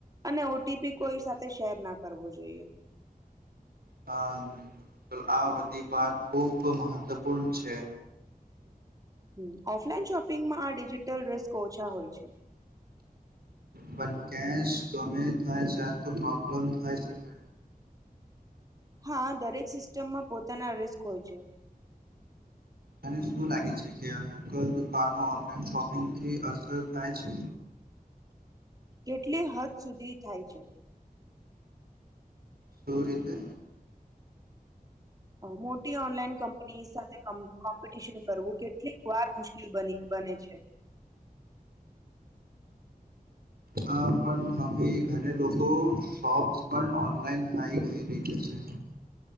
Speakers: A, on the right (about 25°); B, on the right (about 90°).
A: અને ઓટીપી કોઈ સાથે શેર ના કરવો જોઈએ.
B: હા બિલકુલ બિલકુલ આ બધી બાત ખૂબ મહત્વપૂર્ણ છે.
A: હ ઓફલાઈન શોપિંગમાં આ ડિજિટલ રેસ્ક ઓછા હોય છે.
B: પણ કેશ ગમે થાય જાય તો પ્રોબ્લેમ થઈ શકે.
A: હા દરેક સિસ્ટમમાં પોતાના રિસ્ક હોય છે.
B: મને શું લાગે છે કે આ લોકલ દુકાનો ઓનલાઈન શોપિંગથી અસર થાય છે.
A: કેટલી હદ સુધી થાય છે.
B: શું રીતે.
A: મોટી ઓનલાઈન કંપની સાથે કોમ્પિટિશન કરવું કેટલીક વાર મુશ્કેલી કેલ બની બને છે.
B: હવા પણ હવે ઘણે લોકો શોપ્સ પણ ઓનલાઈન થઇ ગઈ રહી છે.